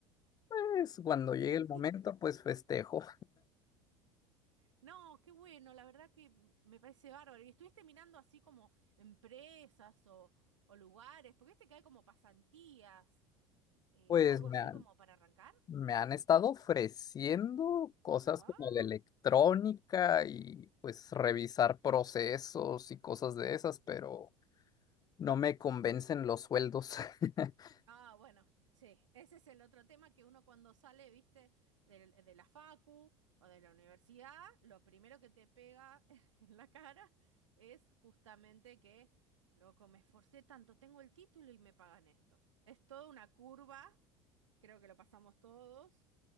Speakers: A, on the left; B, on the right.
A: Pues cuando llegue
B: <laughs>
A: el momento, pues festejo.
B: No, qué bueno, la verdad que m- me parece bárbaro. ¿Y estuviste mirando así como empresas o, o lugares? Porque viste que hay como pasantías, eh,
A: Pues
B: algo
A: me
B: así
A: han,
B: como para arrancar.
A: me han estado ofreciendo cosas
B: Ah,
A: como de electrónica y pues revisar procesos y cosas de esas, pero no me convencen los sueldos. <laughs>
B: Ah, bueno, sí, ese es el otro tema que uno cuando sale, viste, del- de, la facu o de la universidad, lo primero que te pega <laughs> en la cara es justamente que, loco, me esforcé tanto, tengo el título y me pagan esto. Es toda una curva, creo que lo pasamos todos.